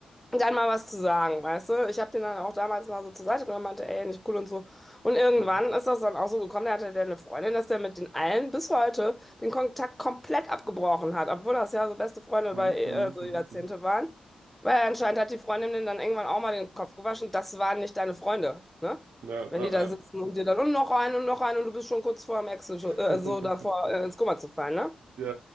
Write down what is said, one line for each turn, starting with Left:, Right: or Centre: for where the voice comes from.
Centre: dann mal was zu sagen, weißt du? Ich habe den dann auch damals mal so zur Seite genommen, meinte, ey, nicht cool und so. Und irgendwann
Right: hm,
Centre: ist das dann auch so gekommen, da hatte der eine Freundin, dass der mit den allen bis heute den Kontakt komplett abgebrochen hat, obwohl das ja so beste Freunde
Right: hm,
Centre: über äh,
Right: hm,
Centre: so
Right: hm,
Centre: Jahrzehnte
Right: hm.
Centre: waren. Weil anscheinend hat die Freundin den dann irgendwann auch mal den Kopf gewaschen, das waren nicht deine Freunde, ne?
Right: Ja,
Centre: Wenn
Right: ja,
Centre: die da
Right: ja.
Centre: sitzen und dir dann und noch einen und noch einen und du bist schon kurz vor dem Ex, äh,
Right: <laughs>
Centre: so davor äh, ins Koma zu fallen, ne?
Right: Ja,